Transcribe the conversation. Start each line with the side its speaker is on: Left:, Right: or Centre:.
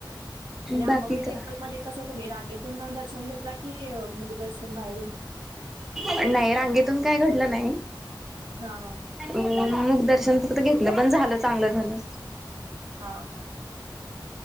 Right: आणि अंबाबाई
Centre: बाकी
Right: टेम्पल
Centre: काय
Right: मध्ये कस तुम्ही रांगेतून दर्शन घेतला. की मुखदर्शन बाहेरून.
Centre: पण नाही रांगेतून काय घडलं नाही.
Right: हा हा,
Centre: अ मग दर्शन फक्त घेतलं पण झालं चांगलं झालं.
Right: हा हा